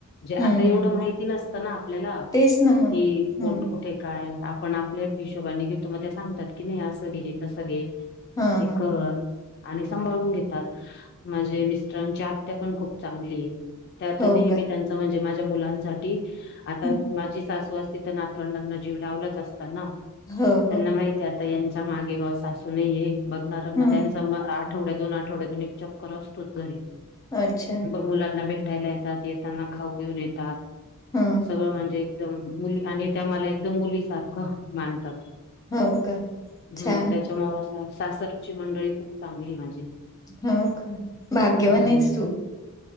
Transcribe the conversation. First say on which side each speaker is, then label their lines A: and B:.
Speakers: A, on the left (about 45°); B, on the left (about 15°).
A: जे आता
B: हम्म
A: एवढं
B: हम्म
A: माहिती नसतं ना आपल्याला
B: तेच ना मग
A: कि कोण
B: हम्म
A: कुठे. काय आपण आपल्या हिशोबाने घेतो मग त्या सांगतात की नाही असं घे तसं घे.
B: हा
A: हे
B: हा
A: कर. आणि सांभाळून घेतात माझे मिस्टरांची आत्या पण खूप चांगली ये. त्यात
B: हो
A: नेहमी
B: का
A: त्यांच म्हणजे माझ्या मुलांसाठी आता
B: हं,
A: माझी सासू अस तिथं नातवंडांना जीव लावलाच असता ना
B: हो
A: त्यांना
B: हो
A: माहिती आता ह्याचा - मागे बॉस असू नये बघणार मग
B: हम्म
A: त्याचं आठवड्या दोन आठवड्यातून एक चक्कर असतोच घरी
B: अच्छा
A: मुलांना भेट उठायला येतात येताना खाऊ घेऊन येतात
B: हा
A: सगळं म्हणजे एकदम मुली आणि त्या मला एकदम मुलीसारखं मानतात.
B: हो का छान
A: हम् त्याच्यामुळे सासरची मंडळी खूप चांगली ये माझी.
B: हो का भाग्यवान
A: हम्
B: आहेस तू